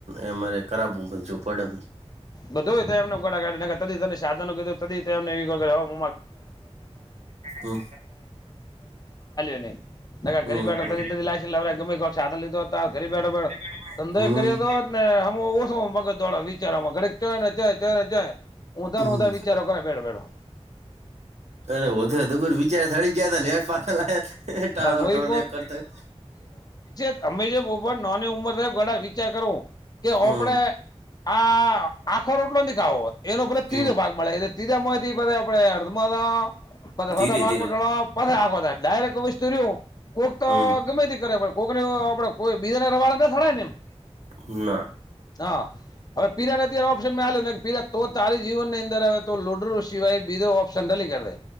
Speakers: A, on the right; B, on the left.
A: અમારે ખરાબજું પડમ <unintelligible>
B: બધુંમને તને સાધનનું કીધું ત એને એ હું કર
A: હમ
B: <unintelligible> નઈ તા
A: હમ
B: ઘરી બેઠ
A: હમ.
B: ત લ ગમે લીધો ઘ બેઠો બે
A: હમ
B: ધંધોય કર્યો હતો. ને હમું ઓછ મગજ દ્વારા વિચારમાં કર ચ ને ચ ચ ને ચ ઉધા
A: હમ
B: ને ઉધા વિચારો કરે બેઠો બેઠો.
A: અરે વધારે દબર વિચાર થડી જયા ત ને પા ટાળળ
B: તરમોઈ
A: <unintelligible> કરતા.
B: અમે જે બઉ નાની ઉંમર ગ વિચાર કરવું કે આપડે
A: હમ
B: આ આખો રોટલો ન ખાવો એનો પ ત્રીજો
A: હમ
B: ભાગ મળે એટલે ત્રીજાય થી આપડે અડધમા પતાા
A: ધીરે
B: ભાગ
A: ધીરે
B: મ પ આ ડાયરેક્ટ <unintelligible> વિસ્તુર કક તો
A: હમ
B: ગમે તે કરે પણ કોઈકનેડે કોઈ બીજા ના રવાડડા ના શડાય ને એમ
A: હ ના
B: હા હવે પીરાને અત્યારે ઓપ્શન મે આલ્યું મે પીલા તો તારી જીવન ની અંદર હવે તો લોડરો સિવાય બીધો ઓપ્શન નલી કરી દે